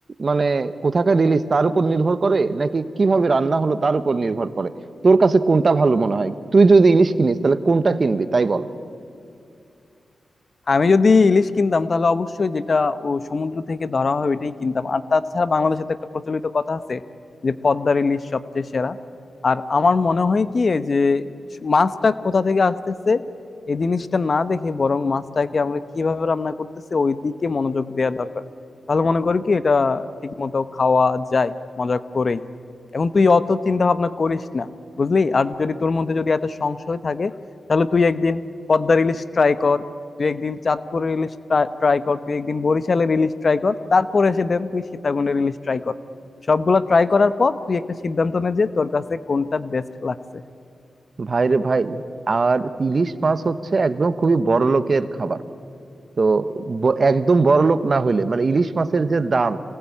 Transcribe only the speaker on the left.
আমি যদি ইলিশ কিনতাম তাহলে অবশ্যই যেটা ও সমুদ্র থেকে ধরা হয় ওইটাই কিনতাম আর তাছাড়া বাংলাদেশে তো একটা প্রচলিত কথা আছে যে পদ্মার ইলিশ সবচেয়ে সেরা আর আমার মনে হয় কি এই যে মাছটা কোথা থেকে আসতেছে এই জিনিসটা না দেখে বরং মাছটাকে আমরা কিভাবে রান্না করতেছি ওই দিকে মনোযোগ দেওয়া দরকার তাহলে মনে করি কি এটা ঠিক মতো খাওয়া যায় মজা করেই এখন তুই অত চিন্তা ভাবনা করিস না বুঝলি আর যদি তোর মধ্যে যদি এত সংশয় থাকে তাহলে তুই একদিন পদ্মার ইলিশ ট্রাই কর তুই একদিন চাঁদপুরের ইলিশ ট্রাই কর তুই একদিন বরিশালের ইলিশ ট্রাই কর তারপরে এসে দেন তুই সীতাকুণ্ডের ইলিশ ট্রাই কর সবগুলা ট্রাই করার পর তুই একটা সিদ্ধান্ত নে যে তোর কাছে কোনটা বেস্ট লাগছে